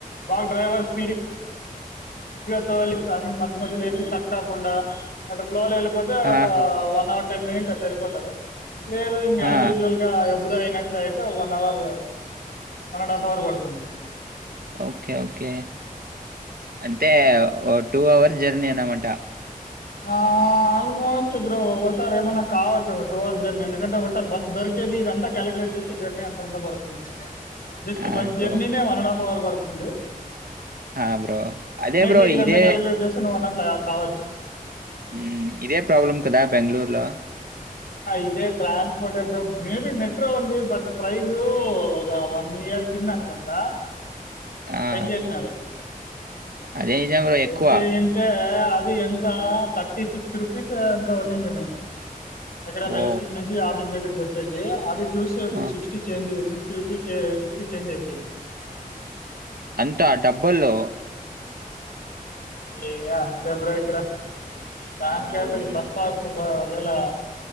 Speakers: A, on the left; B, on the right.
A: boss driver speed తోలి ఐ మీన్ మధ్య మతు ఏంటి తక్ కాకుండా అంటే ఫ్లోలళ పోతే ఒక
B: ఆహా!
A: వన్ అవర్ టెన్ మినిట్స్ అట్లా వెళ్ళిపోతారు లేదు ఇంకా యా్
B: ఆ!
A: యూజువల్ గా కూడా అయినట్ల అయితే one hour one and half hour పడుతుంది
B: ఓకే ఓకే అంటే ఓ టూ అవర్ జెర్నీ అన్నమాట
A: ఆ ఆ ఆల్మోస్ట్ బ్రో సార్ ఏమైన్నా కావచ్చు ఒక టూ అవర్ జర్నీ ఎందుకంటే ఒకసారి బస్ దొరికేది ఇదంతా కాల్యులేట్ చేస్తే జర్నీ అంతా పడుతుంది జస్ట్
B: ఆ!
A: Bus జర్నీ
B: bro.
A: నే వన్ అండ్ హాఫ్ అవర్ పడుతుంది
B: ఆ! బ్రో. అదే
A: మేబీ
B: బ్రో
A: ఇదంతా
B: ఇదే
A: కాలికలేట్ చేస్తే నువ్వు అన్నట్లే కావచ్చు
B: ఉమ్ ఇదే ప్రాబ్లమ్ కదా బెంగళూరులో
A: ఇదే ట్రాన్స్పోర్ట్ ఎ బ్రో మేబి మెట్రో ఉంది బట్ ప్రైజ్ ఒక వన్ యర్కి అనుకుంటా
B: ఆహా!
A: పెన్చేసినరూ
B: అదే నిజం బ్రో
A: పెని
B: ఎక్కువ.
A: చేయంటే అది ఎంత థర్టీ సిక్స్ రూపీస్ ఎంత ఉందండి నేను ఎక్కడ మెజిస్ట్రిక్ట్
B: ఓ!
A: నుంచి ఆఫీస్ దగ్గరకి వచ్చేది అది చూసి ఇప్పుడు
B: ఆ!
A: sixty change six sixty rupees sixty change అయిపోయింది
B: అంతా డబ్బల్లో
A: ఏ అంతే బ్రో ఇక్కడ దానికికు
B: హుహుహు.
A: బస్సు పస్సు ఇలా